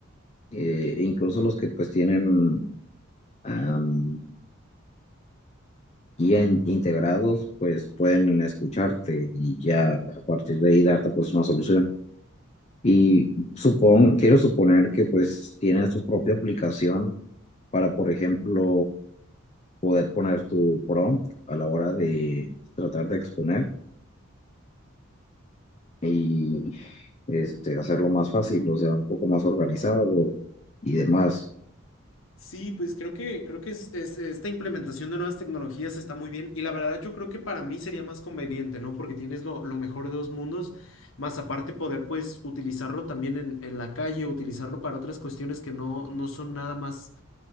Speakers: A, on the left; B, on the left.
A: eh, e incluso los que pues tienen am, guía in- integrados, pues pueden escucharte y ya a partir de ahí darte pues una solución. Y supon, quiero suponer que pues tienen su propia aplicación para, por ejemplo, poder poner tu prompt a la hora de tratar de exponer y este, hacerlo más fácil, o sea, un poco más organizado y demás.
B: Sí, pues creo que, creo que es, es- esta implementación de nuevas tecnologías está muy bien y la verdad yo creo que para mí sería más conveniente, ¿no? Porque tienes lo, lo mejor de dos mundos, más aparte poder pues utilizarlo también en, en la calle, utilizarlo para otras cuestiones que no, no son nada más,